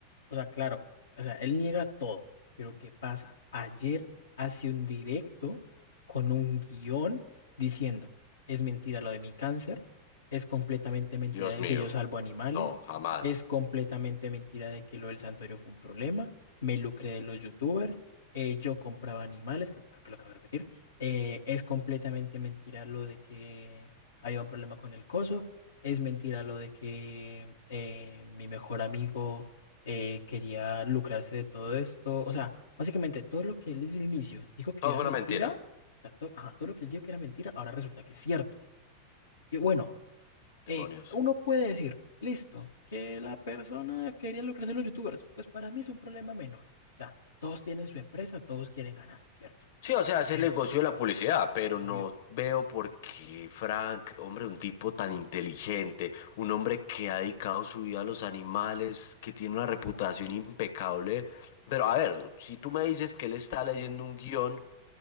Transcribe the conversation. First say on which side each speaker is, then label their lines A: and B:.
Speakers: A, on the left; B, on the left.
A: O sea, claro, o sea, él niega todo, pero ¿qué pasa? Ayer hace un directo con un guión diciendo, es mentira lo de mi cáncer, es completamente mentira
B: Dios
A: de
B: mío.
A: que yo salvo animales,
B: No, jamás.
A: es completamente mentira de que lo del santuario fue un problema, me lucré de los youtubers, eh, yo compraba animales, creo, creo que lo acabo de repetir, eh, es completamente mentira lo de que había un problema con el coso, es mentira lo de que eh, mi mejor amigo eh, quería lucrarse de todo esto. O sea, básicamente todo lo que él desde un inicio dijo que
B: Todo
A: era
B: fue
A: mentira,
B: una mentira.
A: o sea, to- ajá, todo lo que él dijo que era mentira, ahora resulta que es cierto. Y bueno,
B: Demonios.
A: eh, uno puede decir, listo, que la persona quería lucrarse de los youtubers. Pues para mí es un problema menor. O sea, todos tienen su empresa, todos quieren ganar, ¿cierto?
B: Sí, o sea, es
A: Pero
B: el negocio de la publicidad, pero
A: obvio
B: no veo por qué Frank, hombre, un tipo tan inteligente, un hombre que ha dedicado su vida a los animales, que tiene una reputación impecable. Pero a ver, si tú me dices que él está leyendo un guión